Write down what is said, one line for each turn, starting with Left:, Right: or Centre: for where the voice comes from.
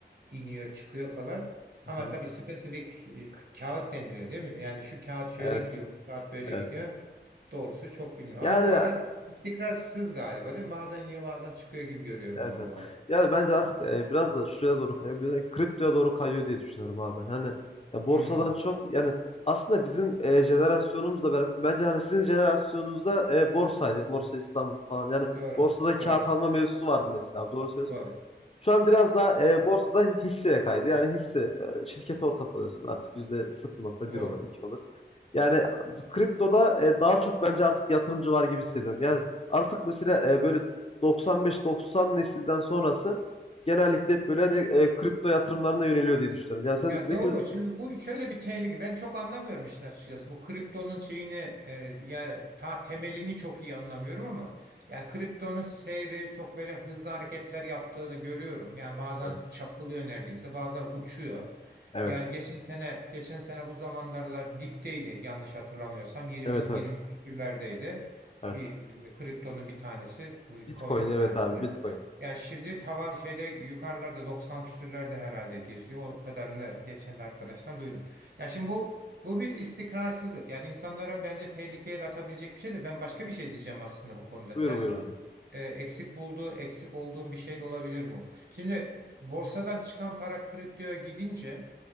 Right: iniyor, çıkıyor falan.
Left: Hı-hı.
Right: Ama tabii spesifik e, k- kağıt deniliyor değil mi? Yani şu kağıt şöyle
Left: Evet.
Right: gidiyor, bu kağıt böyle
Left: Evet.
Right: gidiyor.
Left: evet.
Right: Doğrusu çok bilmiyorum.
Left: Yani
Right: Ama bu ara Istikrarsız galiba değil mi? Bazen iniyor bazen çıkıyor gibi görüyorum
Left: evet
Right: ben
Left: evet.
Right: bu ara.
Left: Yani bence artık e, biraz da şuraya doğru kayıyor. Böyle kriptoya doğru kayıyor diye düşünüyorum abi ben. Hani ya borsadan
Right: Hmm,
Left: çok yani aslında bizim e, jenerasyonumuzla beraber bence hani sizin jenerasyonunuzda e, borsaydı. Borsa İstanbul falan. Yani
Right: doğru.
Left: borsada kağıt
Right: Doğru.
Left: alma mevzusu vardı mesela. abi. Doğru söylüyorsun.
Right: Doğru.
Left: Şu an biraz daha e, borsada hisseye kaydı. Yani hisse e, şirkete ortak oluyorsun. Artık yüzde sıfır nokta
Right: Doğru.
Left: bir olur, 2 olur. Yani kriptoda e, daha çok bence artık yatırımcı var gibi hissediyorum. Yani artık mesela e, böyle 95-90 nesilden sonrası genellikle hep böyle hani, e, kripto yatırımlarına yöneliyor diye düşünüyorum. Yani sen
Right: Ya
Left: ne
Right: doğru.
Left: göz...
Right: Şimdi bu şöyle bir tehlike. Ben çok anlamıyorum işin açıkçası. Bu kriptonun şeyini e, ya ta temelini çok iyi anlamıyorum ama yani kriptonun seyri çok böyle hızlı hareketler yaptığını görüyorum. Yani bazen
Left: Evet.
Right: çakılıyor neredeyse, bazen uçuyor.
Left: Evet.
Right: Yani geçen sene geçen sene bu zamanlarlar dipteydi yanlış hatırlamıyorsam 20
Left: Evet
Right: 20
Left: evet.
Right: küsürlerdeydi.
Left: Evet.
Right: Bir e, kriptonun bir tanesi,
Left: Bitcoin
Right: coin'in bir
Left: evet
Right: tanesi.
Left: abi Bitcoin.
Right: Yani şimdi tava şeyde yukarılarda 90 küsürlerde herhalde geziyor. O kadarını geçen de arkadaştan duydum. Yani şimdi bu bu bir istikrarsızlık. Yani insanlara bence tehlikeye de atabilecek bir şey de ben başka bir şey diyeceğim aslında bu konuda.
Left: Buyur
Right: Sen
Left: buyur abi.
Right: e, eksik bulduğu, eksik olduğun bir şey de olabilir bu. Şimdi borsadan çıkan para kriptoya gidince